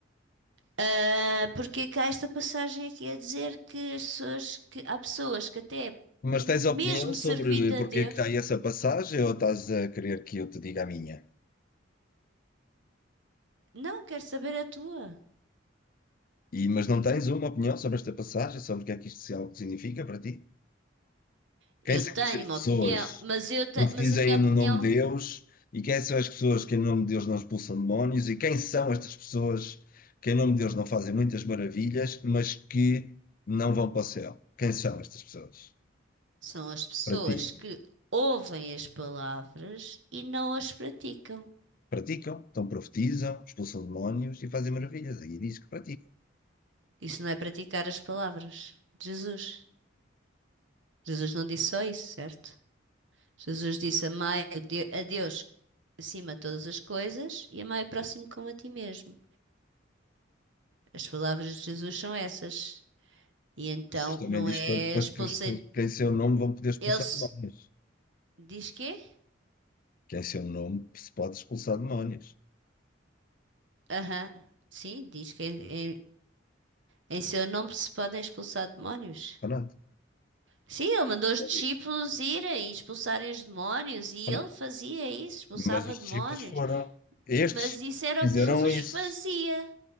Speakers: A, on the right (about 75°); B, on the left (about 45°).
A: Ah, porque cá esta passagem aqui a dizer que as pessoas que há pessoas que até
B: Mas
A: m-
B: tens opinião
A: mesmo
B: sobre
A: servindo
B: porque
A: a Deus,
B: é que há essa passagem ou estás a querer que eu te diga a minha?
A: não quero saber a tua.
B: E, mas não tens uma opinião sobre esta passagem, sobre o que é que isto se- algo significa para ti?
A: Eu
B: Quem são
A: tenho
B: estas pessoas
A: uma opinião, mas eu
B: que
A: te-
B: profetizem
A: mas a minha
B: no
A: opinião
B: nome de Deus? E quem são as pessoas que em nome de Deus não expulsam demónios? E quem são estas pessoas que em nome de Deus não fazem muitas maravilhas, mas que não vão para o céu? Quem são estas pessoas
A: são as pessoas
B: para ti?
A: que ouvem as palavras e não as praticam.
B: praticam, então profetizam, expulsam demónios e fazem maravilhas. Aqui diz que praticam.
A: Isso não é praticar as palavras de Jesus. Jesus não disse só isso, certo? Jesus disse amai o de- a Deus acima de todas as coisas e amai o próximo como a ti mesmo. As palavras de Jesus são essas. E então
B: Jesus também
A: não
B: diz
A: é
B: para, para
A: expulsem.
B: que expul- que em seu nome vão poder expulsar
A: Ele se-
B: demónios.
A: diz que?
B: Que em seu nome se pode expulsar demónios.
A: Aham. Sim, diz que em, em seu nome se podem expulsar demónios.
B: Pronto,
A: Sim, ele mandou os
B: não
A: discípulos
B: diz.
A: irem e expulsarem os demónios e
B: Pronto.
A: ele fazia isso, expulsava
B: Mas os
A: demónios.
B: discípulos foram estes
A: Mas isso era
B: que
A: o
B: fizeram
A: que Jesus
B: isso.
A: fazia.